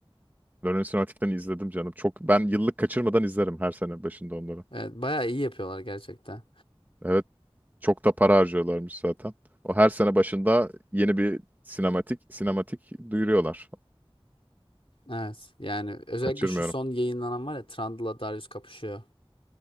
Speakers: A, on the right (about 20°); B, on the left (about 70°).
A: Learning Sinematik'ten izledim canım. Çok ben yıllık kaçırmadan izlerim her sene başında onları.
B: Evet bayağı iyi yapıyorlar gerçekten.
A: Evet Çok da para harcıyorlarmış zaten. O her sene başında yeni bir sinematik sinematik duyuruyorlar.
B: Evet yani özellikle
A: Kaçırmıyorum.
B: şu son yayınlanan var ya Trundle'la Darius kapışıyor